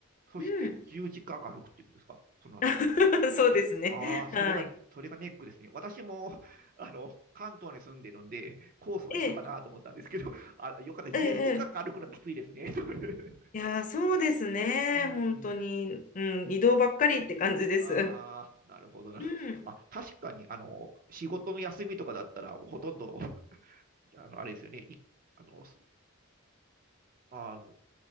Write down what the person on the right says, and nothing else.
そして10時間歩くっていうことですかその後。
ああ、それが、
それがネックですね。私も、<laughs> あの、関東に住んでるんで、コースは一緒かなと思ったんですけど、
<laughs> あ、よかった。10時間歩くのはきついですね。
<laughs>
うん。
<laughs> ああ、なるほどな。
あ、確かに、あの、仕事の休みとかだったら、もうほとんど、あの、あれですよね。い、あの、すあの、